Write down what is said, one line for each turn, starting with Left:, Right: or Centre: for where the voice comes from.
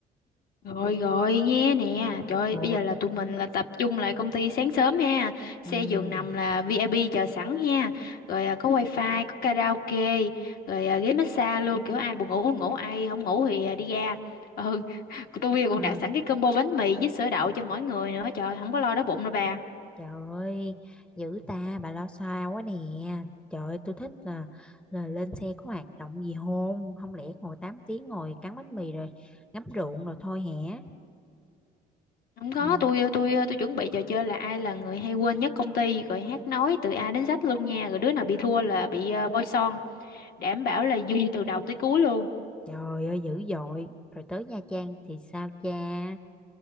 Left: Rồi rồi nghe nè. Trời ơi,
Centre: ừ
Left: bây giờ là tụi mình là tập trung lại công ty sáng sớm ha. Xe
Centre: ừ
Left: giường nằm là VIP chờ sẵn ha. Rồi à, có wifi, có karaoke, rồi à, ghế massage luôn. Kiểu ai buồn ngủ ngủ, ai không ngủ thì à, đi ra. Ừ, <laughs> tôi còn
Centre: ừ
Left: đặt sẵn cái combo bánh mì với sữa đậu cho mỗi người nữa. Trời, không có lo đói bụng đâu bà.
Centre: Trời ơi, dữ ta, bà lo xa quá nè. Trời ơi, tôi thích là, là lên xe có hoạt động gì hôn, không lẽ ngồi 8 tiếng ngồi cắn bánh mì rồi ngắm ruộng rồi thôi hả?
Left: Không có,
Centre: Ừ.
Left: tôi tôi tôi chuẩn bị trò chơi là ai là người hay quên nhất công ty rồi hát nói từ A đến Z luôn nha, rồi đứa nào bị thua là bị ờ, bôi son, đảm bảo là vui từ đầu tới cuối luôn.
Centre: Trời ơi, dữ dội. Rồi tới Nha Trang thì sao cha?